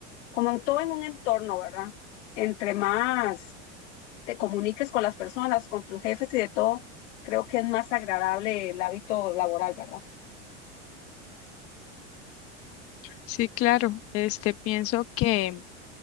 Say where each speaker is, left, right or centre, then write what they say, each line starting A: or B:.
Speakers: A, on the left (about 80°); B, on the left (about 40°).
A: como en todo en un entorno, ¿verdad? Entre más te comuniques con las personas, con tus jefes y de todo, creo que es más agradable el hábito laboral, ¿verdad?
B: Sí, claro. Este, pienso que